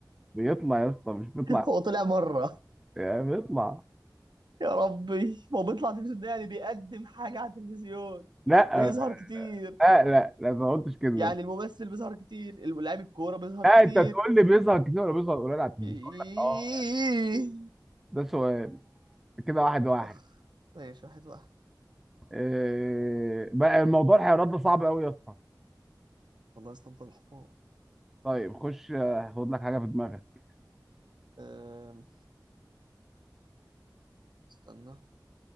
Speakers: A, in the centre; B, on the right.
A: بيطلع يا اسطى مش بيطلع
B: <laughs> هو طلع مرة
A: يعني اطلع
B: يا ربي هو بيطلع تلفزيون ده يعني بيقدم حاجة على التلفزيون
A: لا
B: بيظهر كتير
A: لا لا لا ما قلتش كده لا
B: يعني الممثل بيظهر كتير اللاعب الكورة بيظهر
A: انت
B: كتير
A: تقول لي بيظهر كتير ولا بيظهر قليل على التلفزيون
B: <laughs> إيه.
A: اقول لك اه ده سؤال كده واحد واحد
B: اخ ماشي واحد واحد
A: إيه بقى الموضوع الحيوانات ده صعب قوي يا اسطى
B: والله استنطع الحمار
A: طيب خش آه، خد لك حاجه في دماغك
B: أم، استنى أه،